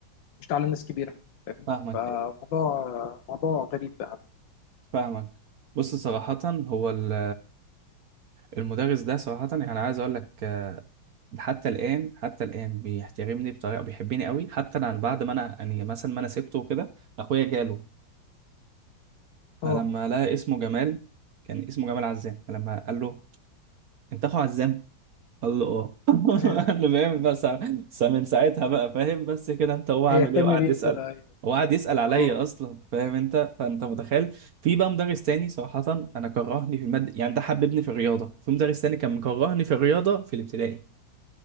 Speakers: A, on the left (about 70°); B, on the right (about 60°).
A: مش تعلم ناس كبيره فاهمني
B: فاهمك
A: فموضوع آه، موضوع غريب بقى
B: فاهمك بص صراحة هو ال- المدرس ده صراحة يعني عايز اقول لك آه، حتى الآن حتى الآن بيحترمني بطريقة بيحبني قوي حتى انا بعد ما انا يعني مثلا ما انا سبته وكده اخويا جاله فلما
A: اه
B: لقى اسمه جمال كان اسمه جمال عزام فلما قال له انت اخو عزام قال له اه <laughs>
A: آه،
B: قال له فاهم بس بس من ساعتها بقى فاهم بس كده انت هو عامل
A: هيهتم
B: ايه وقعد
A: بيه
B: يسأل
A: وكده ايوه
B: هو قعد يسأل عليا
A: اه
B: اصلا فاهم انت فانت متخيل في بقى مدرس تاني صراحة انا كرهني في المادة يعني ده حببني في الرياضة في مدرس تاني كان مكرهني في الرياضة في الابتدائي